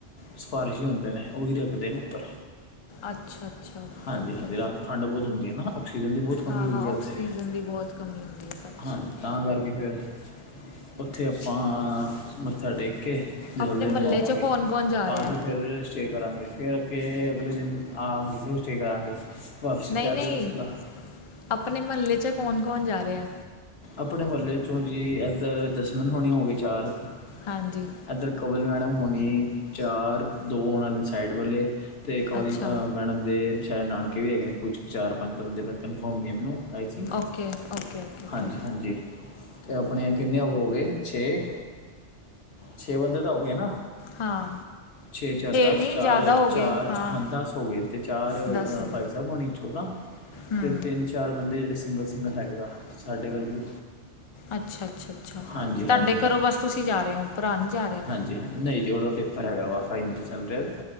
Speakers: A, on the left; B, on the left.
A: ਸਿਫਾਰਸ਼ ਹੀ ਹੁੰਦੇ ਨੇ, ਬਸ ਉਹੀ ਰੱਖਦੇ ਨੇ ਉੱਪਰ।
B: ਅੱਛਾ। ਅੱਛਾ ਓਕੇ
A: ਹਾਂਜੀ,
B: ਓਕੇ
A: ਹਾਂਜੀ ਰਾਤ ਠੰਡ ਬਹੁਤ ਹੁੰਦੀ ਐ ਨਾ ਆਕ ਸੀਜਨ ਦੀ ਬਹੁਤ ਕਮੀ
B: ਹਾਂ
A: ਹੋਗੀ
B: ਹਾਂ
A: ਈ ਆ
B: ਆਕਸੀਜਨ
A: ਉੱਥੇ,
B: ਦੀ ਬਹੁਤ ਕਮੀ ਹੁੰਦੀ ਹੈ ਸੱਚ
A: ਹਾਂਜੀ। ਤਾਂ ਕਰਕੇ ਫਿਰ, ਉੱਥੇ ਆਪਾਂ ਮੱਥਾ ਟੇਕ ਕੇ ਜਹੱਲੇ
B: ਆਪਣੇ
A: ਨੂੰ
B: ਮਹੱਲੇ
A: ਆਵਾਂਗੇ,
B: 'ਚ ਕੌਣ ਕੌਣ ਜਾ
A: ਆ
B: ਰਿਹਾ
A: ਕੇ ਫਿਰ ਸਟੇਅ ਕਰਾਂਗੇ, ਫਿਰ ਅੱਗੇ ਅਗਲੇ ਦਿਨ ਆ ਕੇ ਫਿਰ ਸਟੇਅ ਕਰਾਂਗੇ। ਵਾਪਸੀ
B: ਨਹੀਂ,
A: ਸ਼ਾਇਦ
B: ਨਹੀਂ
A: ਲਾ-
B: ਆਪਣੇ ਮਹੱਲੇ ਚ ਕੌਣ-ਕੌਣ ਜਾ ਰਿਹਾ?
A: ਆਪਣੇ ਮਹੱਲੇ ਚੋਂ ਜੀ, ਏਧਰ ਜਸਮਣ ਹੋਣੀ ਹੋ ਗਈ ਚਾਰਕ
B: ਹਾਂਜੀ।
A: ਏਧਰ ਕਵਲ ਮੈਡਮ ਹੋਣੀ ਚਾਰ ਦੋ ਉਹਨਾਂ ਦੇ ਸਾਈਡ ਵੱਲੇ ਤੇ ਕਮਲ
B: ਅੱਛਾ
A: ਮੈਡਮ ਦੇ ਸ਼ੈੱਦ ਨਾਨ ਕਈ ਹੈਗੇ ਨੇ ਕੁਝ ਚਾਰ -ਪੰਜ ਬੰਦੇ, ਕਨਫਰਮ ਨਹੀਂ ਹੈ ਮੈਨੂੰ, I think
B: okay, okay, okay. Okay
A: ਹਾਂਜੀ, ਹਾਂਜੀ। ਤੇ ਆਪਣੇ ਕਿੰਨੇ ਹੋ ਗਏ ਛੇ, ਛੇ ਬੰਦੇ ਤਾਂ ਹੋ ਗਏ ਨਾ।
B: ਹਾਂ।
A: ਛੇ, ਚਾਰ, ਦਸ,
B: ਨਹੀਂ
A: ਚਾਰ-ਚਾਰ,
B: ਜ਼ਿਆਦਾ ਹੋ ਗਏ ਹਾਂ
A: ਦਸ ਹੋ ਗਏ ਤੇ ਚਾਰ
B: ਦਸ ਹੋ ਗਏ
A: ਭਾਈ ਪ੍ਰਭ ਹੋਣੀ ਚੌਦਾਂ
B: ਹੂੰ
A: ਤੇ ਤਿੰਨ- ਚਾਰ ਬੰਦੇ ਜਿਹੜੇ ਸਿੰਗਲ-ਸਿੰਗਲ ਹੈਗੇ ਆ, ਸਾਡੇ ਵਰਗੇ
B: ਅੱਛਾ, ਅੱਛਾ, ਅੱਛਾ
A: ਹਾਂਜੀ ਹਾਂਜੀ
B: ਤੁਹਾਡੇ ਘਰੋਂ ਬਸ ਤੁਸੀਂ ਜਾ ਰਹੇ ਓ, ਭਰਾ ਨਹੀਂ ਜਾ ਰਿਹਾ?
A: ਨਈ ਜੀ ਓਦਾ ਪੇਪਰ ਹੈਗਾ ਵਾ ਫਾਈਨਲ ਚੱਲ ਰੇਆ